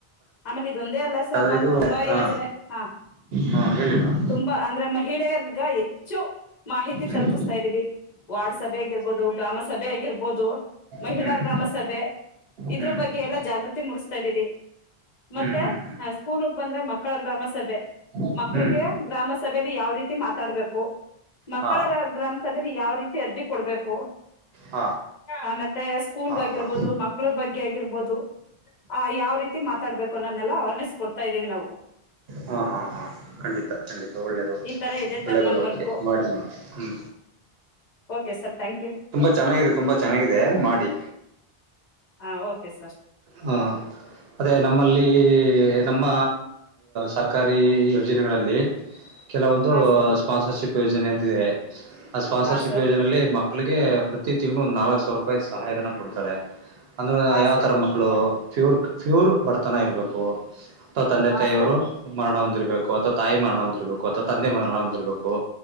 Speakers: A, on the left (about 45°); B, on the right (about 75°).
A: ಆಮೇಲೆ ಇದೊಂದೇ ಅಲ್ಲ ಸರ್
B: ಆದ್ರೆ
A: ನಾವು
B: ಇದು
A: ತುಂಬಾ
B: ಹಾ
A: ಯೋಜನೆ ಹಾ,
B: ಹಾ ಹೇಳಿ ಮೇಡಮ್
A: ತುಂಬಾ ಅಂದ್ರೆ ಮ ಮಹಿಳೆಯರ್ಗ ಹೆಚ್ಚು ಮಾಹಿತಿ
B: ಹ್ಮ್
A: ತಲುಪಿಸ್ತಾ ಇದೀವಿ. ವಾರ್ಡ್ ಸಭೆ ಆಗಿರ್ಬೋದು, ಗ್ರಾಮ ಸಭೆ ಆಗಿರ್ಬೋದು, ಮಹಿಳಾ
B: ಹ್ಮ್ ಹ್ಮ್
A: ಗ್ರಾಮ ಸಭೆ. ಇದ್ರ
B: ಹ್ಮ್ ಹ್ಮ್
A: ಬಗ್ಗೆ ಎಲ್ಲಾ ಜಾಗೃತಿ ಮೂಡಸ್ತಾ ಇದೀವಿ. ಮತ್ತೆ
B: ಹ್ಮ್ ಹ್ಮ್
A: ಹಾ, ಸ್ಕೂಲಗ್ ಬಂದ್ರೆ ಮಕ್ಕಳ ಗ್ರಾಮ ಸಭೆ.
B: ಹ್ಮ್
A: ಮಕ್ಳಿಗೆ
B: ಹ್ಮ್
A: ಗ್ರಾಮ ಸಭೆಯಲ್ಲಿ ಯಾವ ರೀತಿ ಮಾತಾಡ್ಬೇಕು. ಮಕ್ಕಳ
B: ಹಾ
A: ಗ್ರಾಮ ಸದಲ್ಲಿ ಯಾವ ರೀತಿ ಅರ್ಜಿ ಕೊಡ್ಬೇಕು.
B: ಹಾ
A: ಆ ಮತ್ತೆ ಸ್ಕೂಲ್ಗ
B: ಹಾ
A: ಆಗಿರ್ಬೋದು
B: ಹಾ
A: ಮಕ್ಕಳ ಬಗ್ಗೆ ಆಗಿರ್ಬೋದು. ಹಾ, ಯಾವ ರೀತಿ ಮಾತಾಡ್ಬೇಕು ಅನ್ನೋದನ್ನೆಲ್ಲ ಅವರ್ನೆಸ್ ಕೊಡ್ತಾ ಇದ್ದೀವಿ ನಾವು.
B: ಹಾ, ಹಾ, ಹಾ ಖಂಡಿತ, <unintelligible> ಖಂಡಿತ ಒಳ್ಳೆಯದು
A: ಈ ತರ ಇದೆ
B: ಒಳ್ಳೆದೊಳವಣಿಗೆ
A: ಸರ್ ನನ್ ವರ್ಕ್
B: ಮಾಡಿ ಮಾಡು ಹ್ಞ
A: ಓಕೆ ಸರ್ ತ್ಯಾಂಕ್ ಯು
B: ಚೆನ್ನಾಗಿದೆ. ತುಂಬಾ ಚೆನ್ನಾಗಿದೆ ಮಾಡಿ
A: ಹಾ, ಓಕೆ ಸರ್
B: ಹಾ, ಅದೇ ನಮ್ಮಲ್ಲಿ ನಮ್ಮ ಸರ್ಕಾರಿ ಯೋಜನೆಗಳಲ್ಲಿ ಕೆಲವೊಂದು
A: ಹಾ ಸರ್
B: ಸ್ಪಾನ್ಸರ್ಶಿಪ್ ಯೋಜನೆ ಅಂತಿದೆ ಆ ಸ್ಪಾನ್ಸರ್ಶಿಪ್
A: ಹಾ ಸರ್
B: ಯೋಜನೆಯಲ್ಲಿ ಮಕ್ಕಳ ಮಕ್ಕಳಿಗೆ ಪ್ರತಿ ತಿಂಗಳು ಒಂದು ನಾಲ್ಕಕ್ ಸಾವಿರ ರೂಪಾಯಿ ಸಹಾಯನ ಕೊಡ್ತಾರೆ. ಅಂದ್ರ
A: ಹಾ
B: ಯಾವ್
A: ಸರ್
B: ತರ ಮಕ್ಕಳ ಮಕ್ಕಳು ಚೂರಕ-ಚೂರ್ ಬಡತನ ಇರ್ಬೇಕು ಅಥವಾ್ ತಂದೆ-
A: ಹಾ
B: ತಾಯಿಯವರು.
A: ಸರ್
B: ಮರಣ ಒಂದಿರ್ಬೇಕು ಅಥವಾ ತಾಯಿ ಮರಣ ಒಂದಿರ್ಬೇಕು ಅಥವಾ ತಂದೆ ಮರಣ ಒಂದಿರ್ಬೇಕು.